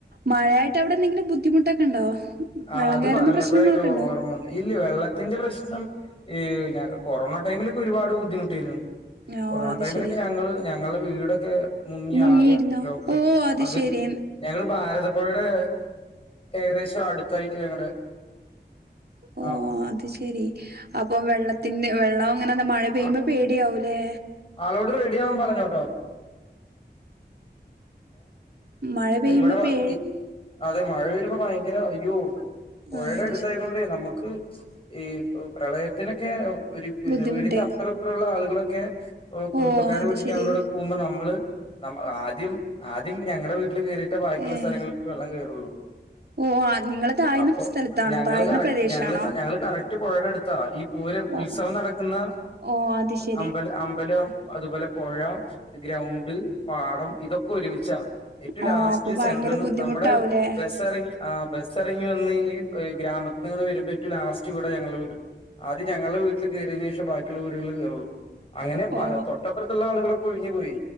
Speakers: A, on the right (about 65°); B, on the left (about 30°).
A: മഴയായിട്ട് അവിടെ എന്തെങ്കിലും ബുദ്ധിമുട്ടൊക്കെ ഉണ്ടോ
B: ആ
A: വെള്ളം
B: ഹ്അത്
A: കയറുന്ന
B: പറഞ്ഞപ്പോഴേ
A: പ്രശ്നങ്ങളൊക്കെ
B: ക്കാ
A: ഉണ്ടോ
B: ഓർമ്മ വന്നത് ഇല്ല വെള്ള ത്തിന്റെ പ്രശ്നം ഈ കൊറോണ ടൈമിലൊക്കെ ഒരുപാട് ബുദ്ധിമുട്ടിയിരുന്നു
A: ഓ
B: കൊറോണ
A: അത്
B: ടൈമിലൊക്കെ
A: ശെരി
B: ഞങ്ങള് ഞങ്ങളുടെ വീടൊക്കെ മുങ്ങി
A: മുങ്ങിയിരുന്നോ
B: ആകെ ലോക്കായി
A: ഓ അത്
B: പകുതി
A: ശെരി
B: ഞങ്ങള് ഭാരതപ്പുഴയുടെ ഏകദേശം അടു ത്തായി ഞങ്ങടെ
A: ഓ
B: ആഹ്
A: അത് ശെരി അപ്പം വെള്ളത്തിന്റെ വെള്ളം അങ്ങനെന്ത മഴ പെയ്യുമ്പോ
B: ആ-
A: പേടിയാവൂല്ലേ
B: ആളോട് റെഡി ആവാൻ പറഞ്ഞോട്ടോ
A: മഴ പെയ്യുമ്പോ
B: ഇവിടെ
A: പേ
B: ഇ അതെ മഴ വരുമ്പോ ഭയങ്കര അയ്യോ പുഴയുടെ
A: ആഹ്
B: അടുത്തായത്
A: ശരി
B: കൊണ്ടേ നമുക്ക് ഈ പ്രളയത്തിനൊക്കെ ഒരു പിര
A: ബുദ്ധിമുട്ട്
B: വീടിന്റെ അപ്പ റെ ഇപ്പറെ ഉള്ള ആളുകളൊക്കെ കുടുംബക്കാരെ
A: ഓ അത്
B: വീട്ടി
A: ശെരി
B: അനോട് പോവുമ്പ നമ്മള് ആദ്യം ആദ്യം ഞങ്ങളുടെ വീട്ടിൽ കേറി ട്ടെ ബാക്കിയുള്ള
A: ഏഹ്
B: സ്ഥലങ്ങളിൽ വെള്ളം കയറുള്ളൂ
A: ഓ ആ നിങ്ങള് താഴ്ന്ന
B: അപ്പൊ
A: സ്ഥലത്താണോ
B: ഞങ്ങള്
A: താഴ്ന്ന
B: കറക്
A: പ്രദേശാണോ
B: ഞങ്ങള് ഞങ്ങള് കറക് റ്റ് പുഴയുടെടുത്താ ഈ പൂരം
A: ഓ
B: ഉത്സവം നടക്കുന്ന
A: ഓ അത് ശെരി
B: അമ്പല അമ്പലം അതുപോലെ പുഴ ഗ്രൗണ്ട് പാടം ഇതൊക്കെ ഒരുമിച്ചാ ഏറ്റവും
A: ഓ
B: ലാസ്റ്റ്
A: അപ്പൊ ഭയങ്കര
B: സെന്റർന്ന്
A: ബുദ്ധിമുട്ടാവൂലേ
B: നമ്മുടെ ബസ് എറങ്ങി ആഹ് ബസ് ഇറങ്ങി വന്ന് ഈ ഗ്രാമത്തി നിങ്ങ വരുമ്പ ഏ റ്റു ലാസ്റ്റ് വീട ഞങ്ങളുടെ വീട് ആദ്യ ഞങ്ങളുടെ വീട്ടിൽ കയറിയതിന് ശേഷം ബാക്കിയുള്ള വീടുകളില് കയറുള്ളൂ അങ്ങനെ
A: ഓ
B: തൊട്ടപ്പുറത്തുള്ള ആളുകളൊക്കെ ഒഴുകി പോയി